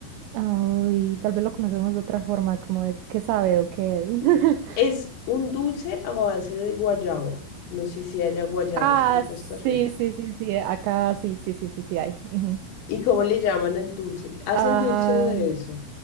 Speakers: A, on the right; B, on the left.
A: Ay, tal vez lo conocemos de otra forma, como de qué sabe o qué es. <laughs>
B: Mm, Es un dulce a base de guayaba. No sé si haya guayabas
A: Ah,
B: en Costa Rica.
A: sí, sí, sí, sí, acá sí, sí, sí, sí, sí hay. ujú.
B: ¿Y cómo le llaman al dulce? Hacen
A: Ah,
B: dulce de eso.